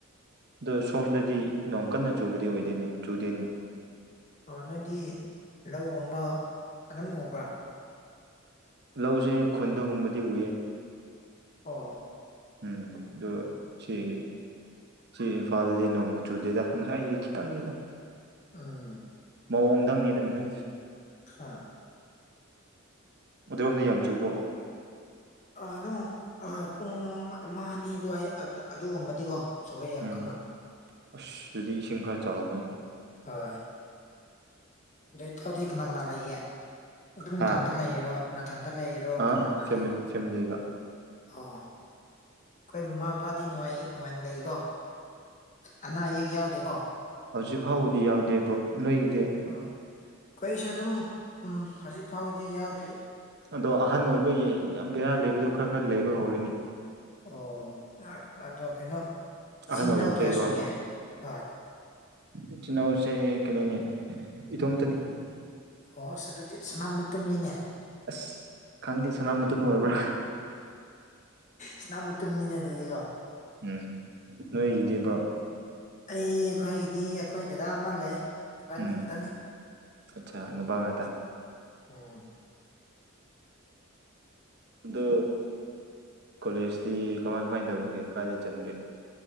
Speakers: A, on the right (about 50°); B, on the left (about 35°).
A: ꯑꯗꯣ ꯁꯣꯝꯗꯗꯤ ꯅꯣꯡ ꯀꯟꯅ ꯆꯨꯕꯗꯤ ꯑꯣꯏꯗꯣꯏꯅꯦ ꯆꯨꯗꯦꯅꯦ
B: ꯑꯣ ꯅꯣꯏꯗꯤ ꯂꯧꯒꯨꯝꯕ ꯑꯗꯨꯝ ꯎꯕ꯭ꯔꯥ
A: ꯂꯧꯁꯦ ꯈꯨꯟꯗꯒꯨꯝꯕꯗꯤ ꯎꯏꯌꯦ
B: ꯑꯣ
A: ꯎꯝ ꯑꯗꯨ ꯁꯤꯒꯤ ꯁꯤ ꯏꯝꯐꯥꯜꯗꯗꯤ ꯅꯣꯡ ꯆꯨꯗꯦꯗ ꯉꯁꯥꯏꯗꯨꯗꯤ ꯈꯤꯇꯪꯅꯤꯗ
B: ꯎꯝ
A: ꯃꯑꯣꯡꯗꯪꯅꯤꯗ ꯉꯁꯥꯏꯗꯨꯗꯤ
B: ꯍꯥ
A: ꯑꯗꯨꯔꯣꯝꯗꯤ ꯌꯥꯝ ꯆꯨꯕ꯭ꯔꯣ
B: ꯑꯗꯨꯝ ꯑꯥ ꯄꯨꯡ ꯑꯃ ꯑꯅꯤ ꯑꯗꯨꯋꯥꯏ ꯑꯗ ꯑꯗꯨꯒꯨꯝꯕꯗꯤꯀꯣ ꯆꯨꯁꯦ ꯌꯥꯝ
A: ꯎꯝ
B: ꯀꯟꯅ
A: ꯑꯁ ꯑꯗꯨꯗꯤ ꯏꯁꯤꯡ ꯈꯔ ꯆꯥꯎꯔꯝꯃꯅꯤ
B: ꯍꯣꯏ ꯑꯗꯨ ꯏꯇꯥꯎꯗꯤ ꯀꯅꯥ ꯀꯅꯥ ꯂꯩꯒꯦ ꯑꯗꯨꯝ
A: ꯍꯥ
B: ꯏꯊꯟꯇ ꯂꯩꯔꯤꯔꯣ ꯅꯊꯟꯇ ꯂꯩ ꯔꯣ
A: ꯑ
B: ꯀꯅꯥ ꯀꯅꯥ
A: ꯐꯦꯃꯤꯂꯤ
B: ꯂꯩ
A: ꯐꯦꯃꯤꯂꯤꯒ
B: ꯑꯣ ꯈꯣꯏ ꯃꯃꯥ ꯕꯕꯥꯗꯤ ꯅꯨꯡꯉꯥꯏ ꯅꯨꯡꯉꯥꯏꯅ ꯂꯩꯀꯣ ꯑꯅꯥ ꯑꯌꯦꯛ ꯌꯥꯎꯗꯦꯀꯣ
A: ꯍꯧꯖꯤꯛ ꯐꯥꯎꯕꯗꯤ ꯌꯥꯎꯗꯦ ꯕ꯭ꯔꯣ ꯅꯣꯏꯒꯤꯗꯤ
B: ꯑ ꯈꯣꯏꯁꯨ ꯑꯗꯨꯝ ꯎꯝ ꯍꯧꯖꯤꯛ ꯐꯥꯎꯕꯗꯤ ꯌꯥꯎꯗ꯭ꯔꯤ
A: ꯑꯗꯣ ꯑꯍꯟ ꯑꯣꯏꯕꯒꯤ ꯌꯥꯝ ꯕꯦꯔꯥ ꯂꯩꯕꯗꯣ ꯈꯔ ꯈꯔ ꯂꯩꯕ ꯍꯧꯔꯦꯅꯦ
B: ꯑꯣ ꯅꯥꯛ ꯑꯗꯣ ꯀꯩꯅꯣ ꯏꯆꯤꯟ
A: ꯑꯍꯟ ꯑꯣꯏꯔꯛꯄꯒꯤꯀꯣ
B: ꯏꯅꯥꯎ ꯀꯌꯥ ꯁꯨꯒꯦ ꯍꯣꯏ
A: ꯏꯆꯤꯜ ꯏꯅꯥꯎꯁꯦ ꯀꯩꯅꯣꯅꯤ ꯏꯊꯣꯝꯇꯅꯤ
B: ꯑꯣ ꯑꯁ ꯑꯗꯨꯗꯤ ꯁꯅꯥ ꯃꯇꯨꯝꯅꯤꯅꯦ
A: ꯑꯁ ꯈꯪꯗꯦ ꯁꯅꯥ ꯃꯇꯨꯝ ꯑꯣꯏꯕ꯭ꯔꯥ
B: ꯁꯅꯥꯃꯇꯨꯝꯅꯤꯅꯦ ꯑꯗꯨꯗꯤ ꯀꯣ
A: ꯎꯝ ꯅꯣꯏꯒꯤꯗꯤꯕꯣ
B: ꯑꯩ ꯑꯩꯈꯣꯏꯒꯤꯗꯤ ꯑꯩꯈꯣꯏ ꯗꯗꯥ ꯑꯃ ꯂꯩ ꯏꯕꯥꯅꯤ
A: ꯎꯝ
B: ꯈꯇꯅꯤ
A: ꯑꯠꯆꯥ ꯅꯨꯄꯥ ꯉꯥꯛꯇ
B: ꯎꯝ
A: ꯑꯗꯨ ꯀꯣꯂꯦꯖꯇꯤ ꯀꯃꯥꯏ ꯀꯃꯥꯏꯅ ꯇꯧꯔꯤꯒꯦ ꯀꯥꯏꯗ ꯆꯟꯒꯦ